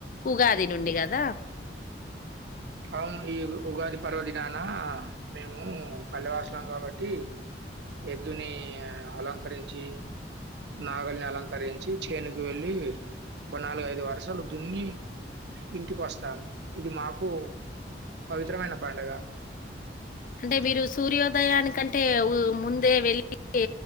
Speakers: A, on the left; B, on the right.
A: ఉగాది నుండి కదా.
B: అవును ఈ ఉగాది పర్వదినాన మేము పల్లె వాసులం కాబట్టి, ఎద్దుని అలంకరించి నాగల్ని అలంకరిం చి చేనుకు వెళ్ళి నాలుగు ఐదు వర్షాలు దున్ని ఇటికి వస్ తంగ్ ఇది మాకు పవిత్రమైన పండుగ.
A: అంటే మీరు సూర్యోదయం దానికంటే ముందే వెళ్ళి